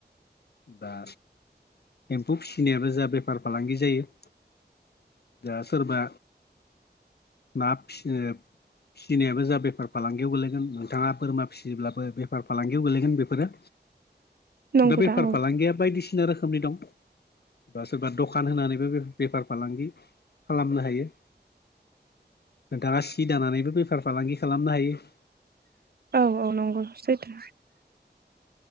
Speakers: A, on the left; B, on the right.
A: दा एम्फौ फिसिनायाबो जा बेफार फालांगि जायो। दा सोरबा ना फिसनो फिसिनायाबो जा बेफार फालांगियाव गोलैगोन नोंथाङा बोरमा फिसियोब्लाबो बेफार फालांगियाव गोलैगोन बेफोरो।
B: नंगौ
A: दा बेफार
B: औ
A: फालांगिया बायदिसिना रोखोमनि दं। बा सोरबा दखान होनानैबो बे-बेफार फालांगि खालामनो हायो। दा सि दानानैबो बेफार फालांगि खालामनो हायो।
B: औ औ नंगौ सैथो।